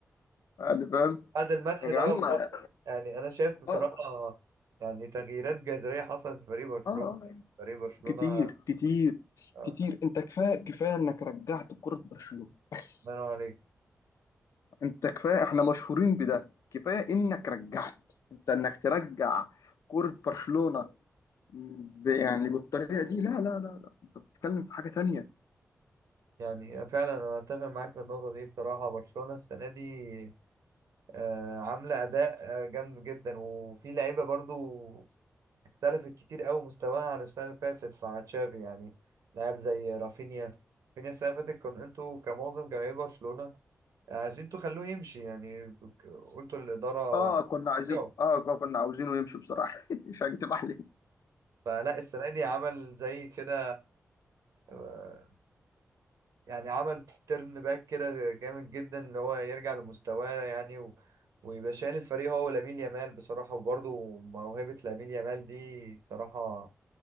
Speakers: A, on the left; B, on the right.
A: يعني فاهم
B: بعد المدح
A: يا جدعان
B: ده برضه
A: ما-
B: يعني انا شايف بصراحه
A: اه
B: يعني تغييرات جذريه حصلت في فريق برشلونه
A: اه آه.
B: فريق برشلونه
A: كتير كتير
B: آه،
A: كتير انت كفايه كفايه انك رجعت كرة برشلونة بس
B: ما ينور عليك
A: انت كفايه احنا مشهورين بده كفايه انك رجعت انت انك ترجع كرة برشلونة ب- يعني بالطريقه دي لا لا لا لا انت بتتكلم في حاجه تانية
B: يعني فعلا انا اتفق معاك في النقطه دي بصراحه برشلونه السنه دي آه، عامله اداء آه، جامد جدا وفي لعيبه برضو اختلفت كتير قوي مستواها عن السنه اللي فاتت مع تشافي يعني لاعب زي رافينيا رافينيا السنه اللي فاتت كان انتوا كمعظم جماهير برشلونه عايزين انتوا خلوه يمشي يعني قلتوا للإدارة
A: اه كنا عايزين
B: يو.
A: اه كنا عاوزينه يمشي بصراحه <laughs> مش هكتب عليك
B: فلا السنة دي عمل زي كده آه، يعني عمل ترن باك كده جامد جدا اللي هو يرجع لمستواه يعني و... ويبقى شايل الفريق هو ولامين يامال بصراحة وبرضه موهبة لامين يامال دي بصراحة